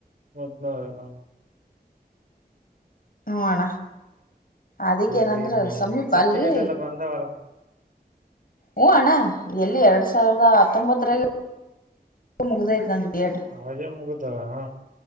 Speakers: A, on the right; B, on the left.
A: ಮುದ್ನುರ ಹ.
B: ಹೂ ಅಣ್ಣ ಅದಕ್ಕೇ
A: ಎಲ್ಲ
B: ಏನಂದ್ರ
A: ಕ್ಲಿಯರ್ ಮಾಡ್ಯಾರ
B: ಸಮೀಪ
A: ಸರ್ಟಿಫಿಕೇಟ್
B: ಅಲ್ಲಿ.
A: ಎಲ್ಲ ಬಂದವಲ್ಲ
B: ಹೂ ಅಣ್ಣ ಎಲ್ಲಿ ಎರಡ್ ಸಾವಿರದ ಹತ್ತೊಂಬತ್ತ ರಾಗೆ. ಮುಗದೈತಿ ನನ್ ಬಿ ಎಡ್.
A: ಅವಾಗೇ ಮುಗದ ಆ